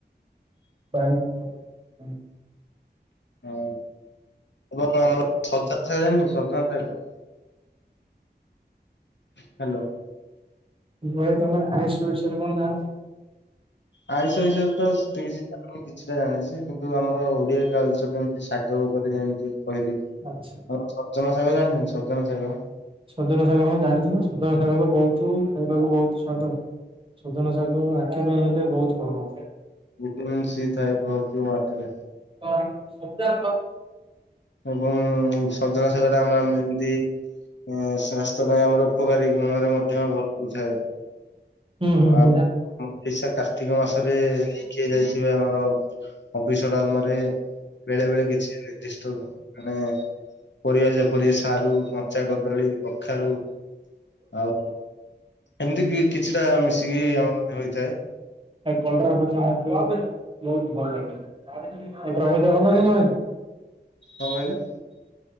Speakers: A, on the right; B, on the left.
A: ବାଇଡଙ୍କ <inaudible>
B: ହଁ, ଏବଂ ଆମର ସଜନା ଶାଗ ଜାଣିଛନ୍ତି ସଜନା ଶାଗ? ହ୍ୟାଲୋ।
A: ଭାଇ ତମେ ଆଇଁଷ ବିଷୟରେ କଣ ଜାଣ?
B: ଆଇଁଷ ବିଷୟରେ ତ ସେତେ କିଛି ମୁଁ କିଛିଟା ଜାଣିଛି କିନ୍ତୁ ଆମର ଓଡିଆ କାଲଚର୍ ଯେମିତି ଶାଗ ଉପରେ ଯେମିତି କହିଲି।
A: ଆଚ୍ଛା।
B: ସଜନ ଶାବା ଜାଣିଛନ୍ତି ସଜନା ଶାଗ?
A: ସଜନ ଶାଗ ହଁ ଜାଣିଛି ନା ସଜନ ଶାଗ ତ ବହୁତ ଖାଇବାକୁ ବହୁତ ସ୍ଵାଦ। ସଜନ ଶାଗ ଆଖି ପାଇଁ ହେଲେ ବହୁତ ଭଲ।
B: ଭିଟାମିନ୍ ସି ଥାଏ ବହୁତ ମାତ୍ରାରେ।
A: <unintelligible>
B: ଏବଂ ସଜନା ଶାଗଟା ଆମ ଆମ ଯେମିତି ଅଁ-ଅଁ ସ୍ୱାସ୍ଥ୍ୟ ପାଇଁ ଆମର ଉପକାରୀ ଗୁଣରେ ମଧ୍ୟ ଭରପୁର ଥାଏ‌।
A: ହୁଁ ହୁଁ
B: ଆଉ
A: ହୁଁ।
B: ଆମ ଓଡିଶା କାର୍ତ୍ତିକ ମାସରେ ଖିଆ ଯାଇଥିବା ଆମର ହବିଷ ଡାଲମାରେ ବେଳେ ବେଳେ କିଛି ନିର୍ଦ୍ଦିଷ୍ ଥୋଇଦାଅ, ମାନେ ପରିବା ଯେମ୍ ପରି ସାରୁ କଞ୍ଚା କଦଳୀ କଖାରୁ ଆଉ ଏମିତିକି କିଛିଟା ମିଶିକି ଆମର ହୋଇଥାଏ।
A: ଭାଇ କଲରା ଭଜା ବହୁତ, ବହୁତ ଭଲ ଲାଗେ, କଲରା ଭଜା ଭଲ ଲାଗେ ନା ଭାଇ?
B: କଣ କହିଲେ?